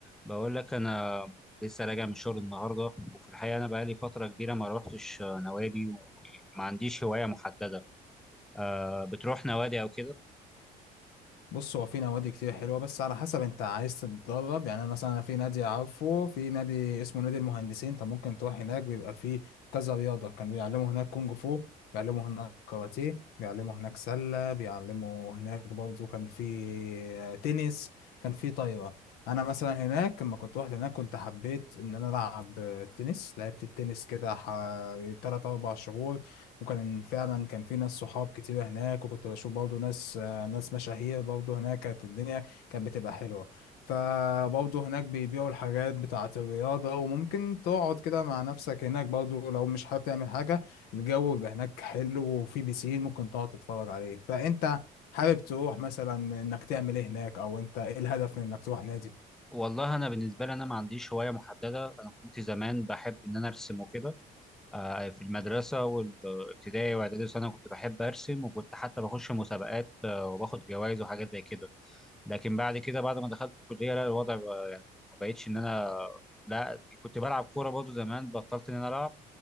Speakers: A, in the centre; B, on the left (about 85°).
A: بقول لك انا لسه راجع من الشغل النهارده وفي الحقيقه انا بقالي فتره كبيره ما روحتش آه، نوادي وما عنديش هوايه محدده أه بتروح نوادي او كده
B: بص هو في نوادي كتير حلوه بس على حسب انت عايز تتدرب يعني انا مثلا أنا في نادي عارفه في نادي اسمه نادي المهندسين انت ممكن تروح هناك بيبقى فيه كذا رياضه كانوا بيعلموا هناك كونج فو بيعلموا هناك كاراتيه بيعلموا هناك سله بيعلموا هناك برضه كان في تنس كان في طايره انا مثلا هناك لما كنت رحت هناك كنت حبيت ان انا العب تنس لعبت التنس كده حوالي 3 4 شهور وكان فعلا كان في ناس صحاب كتير هناك وكنت بشوف برضه ناس ناس مشاهير برضه هناك كانت الدنيا كانت بتبقى حلوة فبرضه هناك بيبيعوا الحاجات بتاعة الرياضة وممكن تقعد كده مع نفسك هناك برضه لو مش حابب تعمل حاجة الجو بيبقى هناك حلو وفي بيسين ممكن تقعد تتفرج عليه فأنت حابب تروح مثلا إنك تعمل إيه هناك أو أنت إيه الهدف من إنك تروح نادي
A: والله انا بالنسبه لي انا ما عنديش هوايه محدده انا كنت زمان بحب ان انا ارسم وكده أه في المدرسه والابتدائي واعدادي وثانوي كنت بحب ارسم وكنت حتى بخش مسابقات آه، وباخد جوائز وحاجات زي كده لكن بعد كده بعد ما دخلت الكليه لا الوضع بقى يعني ما بقتش ان انا لا كنت بلعب كوره برضه زمان بطلت ان انا العب